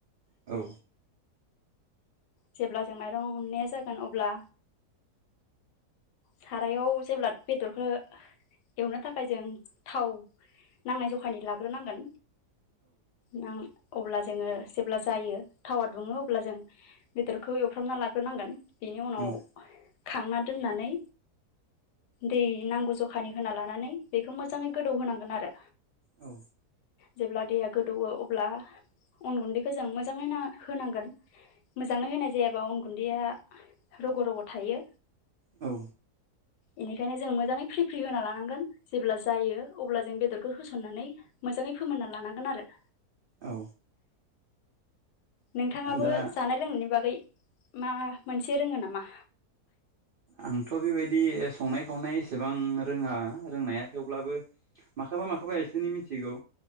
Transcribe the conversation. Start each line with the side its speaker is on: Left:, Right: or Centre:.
Right: औ
Left: जेब्ला जों माइरं उननाया जागोन अब्ला सारायाव जेब्ला बेदरखौ एवनो थाखाय जों थाव नांनाय जखानि लाग्रोनांगोन नां अब्ला जोङो जेब्ला जायो थावा दुङो अब्ला जों बेदरखौ एवफ्रामना लाग्रोनांगोन बेनि उनाव
Right: औ
Left: खांना दोननानै दै नांगौ जखानि होना लानानै बेखौ मोजाङै गोदौ होनांगोन आरो
Right: औ
Left: जेब्ला दैया गोदौवो अब्ला अन गुन्दैखौ जों मोजाङैनो होनांगोन मोजाङै होनाय जायाबा अन गुन्दैया रग' रग' थायो
Right: औ
Left: बेनिखायनो जों मोजाङै फ्रि फ्रि होना लानांगोन जेब्ला जायो अब्ला जों बेदर बेखौ होसननानै मोजाङै फोमोनना लानांगोन आरो
Right: औ
Left: नोंथाङाबो
Right: दा
Left: जानाय लोंनायनि बागै मा मोनसे रोङो नामा
Right: आंथ' बेबायदि संनाय खावनाय एसेबां रोङा रोंनाया थेवब्लाबो माखासे माखोबा माखोबा एसेनि मिथिगौ